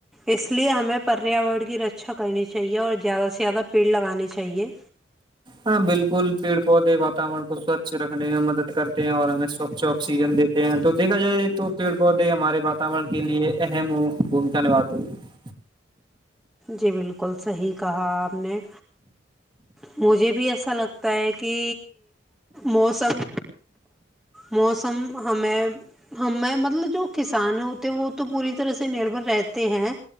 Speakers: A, in the centre; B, on the right.
A: اس لیے ہمیں پریاور کی رچا اچھا کرنی چاہیے اور زیادہ سے زیادہ پیڑ لگانے چاہیے
B: ہاں بالکل پیڑ پودے واتاورن کو سوچھ رکھنے میں مدد کرتے ہیں اور ہمیں سوچھ آکسیجن دیتے ہیں تو دیکھا جائے تو پیڑ پودے ہمارے واتورن کے لیے اہم بھومکا نبھاتے ہیں
A: جی بالکل صحیح کہا آپ نے مجھے بھی ایسا لگتا ہے کہ موسم موسم ہمیں ہم مطلب جو کسان ہوتے ہیں وہ تو پوری طرح سے نربر رہتے ہیں